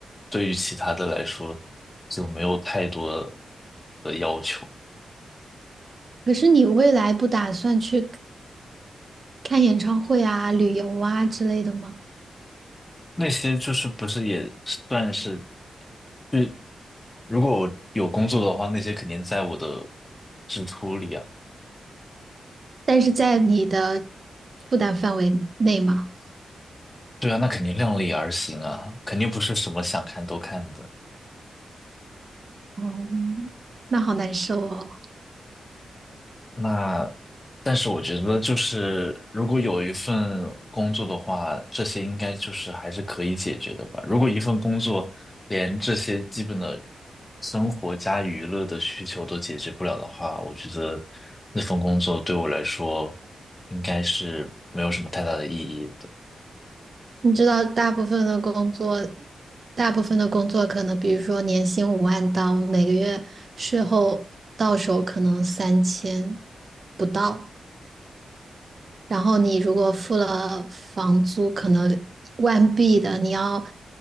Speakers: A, on the left; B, on the right.
A: 对于其他的来说，就没有太多的要求。
B: 可是你未来不打算去？看演唱会啊、旅游啊之类的吗？
A: 那些就是不是也算是，就如果我有工作的话，那些肯定在我的支出里啊。
B: 但是在你的负担范围内吗？
A: 对啊，那肯定量力而行啊，肯定不是什么想看都看的。
B: 哦，那好难受哦。
A: 那，但是我觉得，就是如果有一份工作的话，这些应该就是还是可以解决的吧。如果一份工作连这些基本的生活加娱乐的需求都解决不了的话，我觉得那份工作对我来说应该是没有什么太大的意义的。
B: 你知道，大部分的工作，大部分的工作可能，比如说年薪五万刀，每个月税后到手可能三千不到。然后你如果付了房租，可能万币的，你要